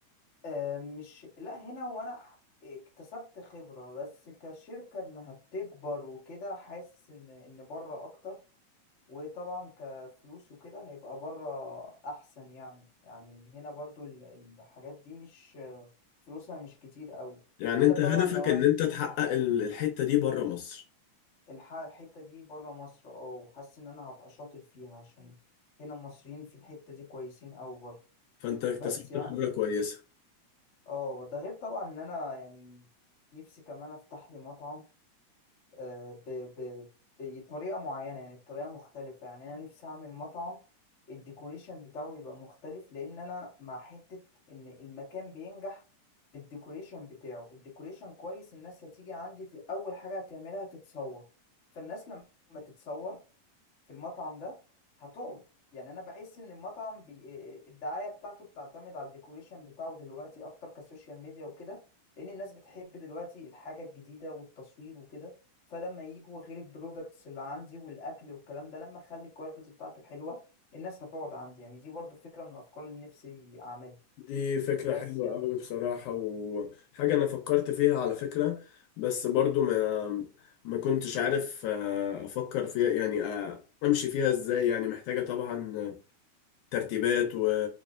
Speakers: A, on the left (about 50°); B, on the left (about 75°).
A: آه مش لأ هنا وأنا ح- اكتسبت خبرة بس كشركة إنها بتكبر وكده حاسس إن إن بره أكتر وطبعا كفلوس وكده هيبقى بره احسن يعني يعني هنا برضو ال- الحاجات دي مش فلوسها مش كتير قوي
B: يعني
A: الا
B: انت
A: طبعا
B: هدفك
A: لو
B: ان
A: أنا
B: انت تحقق ال- الحتة دي برا مصر
A: الح- الحتة دي بره مصر اه وحاسس ان انا هبقى شاطر فيها عشان هنا المصريين في الحتة دي كويسين قوي برضو
B: فانت اكتسبت
A: بس يعني
B: خبرة كويسة
A: اه ده غير طبعا ان انا يعني نفسي كمان افتح لي مطعم آه، ب... ب... بطريقة معينة يعني بطريقة مختلفة يعني أنا نفسي أعمل مطعم الديكوريشن بتاعه يبقى مختلف لأن أنا مع حتة إن المكان بينجح بالديكوريشن بتاعه الديكوريشن كويس الناس هتيجي عندي ت- أول حاجة هتعملها تتصور فالناس لما تتصور في المطعم ده هتقعد يعني انا بحس ان المطعم بي... إيه- الدعايه بتاعته بتعتمد على الديكوريشن بتاعه دلوقتي اكتر كسوشيال ميديا وكده لان الناس بتحب دلوقتي الحاجه الجديده والتصوير وكده فلما يجوا غير البرودكتس اللي عندي والاكل والكلام ده لما اخلي الكواليتي بتاعته حلوه الناس هتقعد عندي يعني دي برضو فكره من الافكار اللي نفسي اعملها
B: دي فكرة
A: بس
B: حلوة
A: يعني
B: قوي بصراحة وحاجة أنا فكرت فيها على فكرة بس برضو ما ما كنتش عارف آه، أفكر فيها يعني آه، أمشي فيها إزاي يعني محتاجة طبعا ترتيبات و...